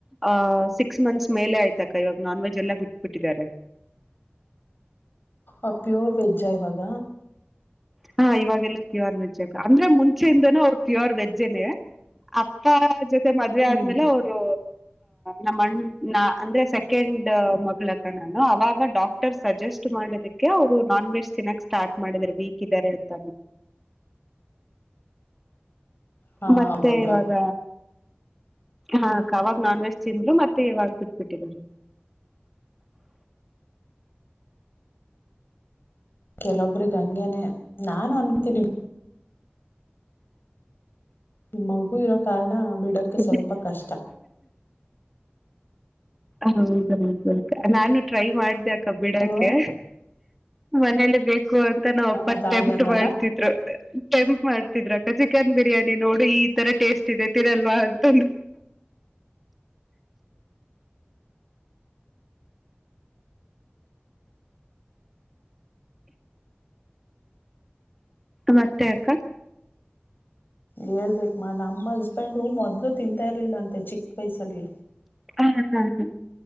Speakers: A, in the centre; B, on the left (about 55°).
A: ಅ್ ಸಿಕ್ಸ್ ಮಂತ್ಸ್ ಮೇಲೆ ಆಯ್ತಾಕ ಇವಾಗ ನಾನ್ ವೆಜ್ ಎಲ್ಲ ಬಿಟ್ಬಿಟ್ಟಿದ್ದಾರೆ ಹ
B: ಆ ಪ್ಯೂರ್ ವೆಜ್ಜಾ ಇವಾಗ
A: ಹಾ ಇವಾಗೆಲ್ಲ ಪ್ಯೋರ್ ವೆಜ್ಜ್ಕ ಅಂದ್ರೆ ಮುಂಚೆಯಿಂದನ ಅವ್ರ ಪ್ಯೋರ್ ವೆಜ್ಜನೇ ಅಪ್ಪ ಜೊತೆ ಮದ್ವೆ
B: ಹ್ಮ್
A: ಆದ್ಮೇಲೆ ಅವರು ನಮ್ಮಣ್ಣ ನಾ ಅಂದ್ರೆ ಸೆಕೆಂಡ್ ಮಗಳಕ್ಕ ನಾನು ಅವಾಗ ಡಾಕ್ಟರ್ ಸಜೆಸ್ಟ್ ಮಾಡದಕ್ಕೆ ಅವ್ರು ನಾನ್ ವೆಜ್ ತಿನ್ನಾಕ್ ಸ್ಟಾರ್ಟ್ ಮಾಡಿದ್ ಬಿ ಕ ರಂತ
B: ಹಾ
A: ಮತ್ತೆ
B: ಹೌದು
A: ಇವಾಗ ಹಾ ಕಾವಾಗ ನಾನ್ ವೆಜ್ ತಿಂದ್ರು ಮತ್ತೆ ಯವಾಗ ಬಿಟ್ಬಿಟ್ಟರು ಹ
B: ಕೆಲೊಬ್ರಿಗೆ ಹಂಂಗಗೆನೆ ನಾನು ಅನ್ಕೊತೀನಿ ನಿಮ್ಮ ಮಗು ಇರೋ ಕಾರಣ ಬಿಡಕ್ಕೆ
A: ನಾನು
B: ಸ್ವಲ್ಪ ಕಷ್ಟ
A: ಹೌದೌದು ನಾನು ಟ್ರೈ ಮಾಡ್ದಕ ಬಿಡಕೆ
B: ಹ
A: ಮನೇಲಿ ಬೇಕು ಅಂತ ನಾ ಒಪ್ಪ
B: ಅದಾಗಲ್ಲಲ್ಲ
A: ಟೆಂಪ್ಟ ಮಾಡ್ತಿದ್ರು ಮಾಡ್ತಿದ್ರಕ್ಕ ಚಿಕನ್ ಬಿರಿಯಾನಿ ನೋಡು ಈ ತರ ಟೇಸ್ಟ್ ಇದೆ ಎಲ್ವಾಂತ ಮತ್ತೆ ಆಕ್ಕಾ
B: ಹೇಳ್ಬೇಕಮ್ಮ ನಮ್ಮ ಹಸ್ಬೆಂಡು ಮೊದ್ಲು ತಿಂತಾ ಇರ್ಲಿಲ್ಲ ಅಂತೆ ಚಿಕ್ಕ ವಯ್ಸಲ್ಲಿ
A: ಹ್ಮ ಎಲ್ಲ ಆಯ್ತು